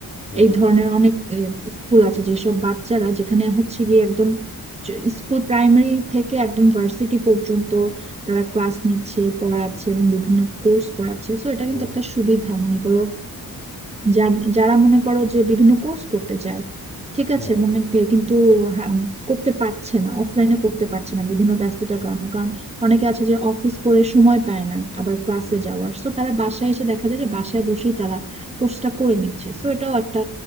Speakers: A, on the left; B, on the right.
A: হুম
B: এই ধরনের অনেক স্কুল আছে যেসব বাচ্চারা যেখানে হচ্ছে গিয়ে একদম স্কুল প্রাইমারি থেকে একদম ভার্সিটি পর্যন্ত তারা ক্লাস নিচ্ছে পড়াচ্ছে এবং বিভিন্ন কোর্স পড়াচ্ছে সো এটা কিন্তু
A: হুম
B: একটা সুবিধা মনে করো যা- যারা মনে করো যে বিভিন্ন কোর্স করতে চায় ঠিক
A: হুম
B: আছে মনে কে- কিন্তু হা- করতে পারছে না অফলাইনে করতে পারছে না বিভিন্ন ব্যস্ততার কারণে কারণ অনেকে আছে যে অফিস করে সময় পায় না আবার ক্লাসে
A: হুম
B: যাওয়ার সো তারা বাসায় এসে দেখা যায় যে বাসায় বসেই তারা কোর্সটা করে নিচ্ছে সো এটাও একটা